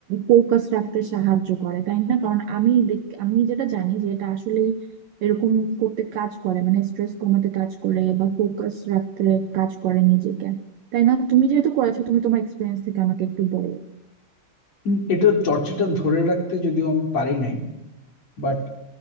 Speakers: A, on the right (about 80°); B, on the left (about 35°).
A: ফোকাস রাখতে সাহায্য করে তাই না কারণ আমি দেখ- আমি যেটা জানি যে এটা আসলে এরকম করতে কাজ করে মানে স্ট্রেস কমাতে কাজ করে বা ফোকাস রাখতে কাজ করে নিজেকে তাই না তুমি যেহেতু করেছো তুমি তোমার এক্সপিরিয়েন্স থেকে আমাকে একটু বলো
B: উম, এটা চর্চাটা ধরে রাখতে যদিও আমি পারি নাই বাট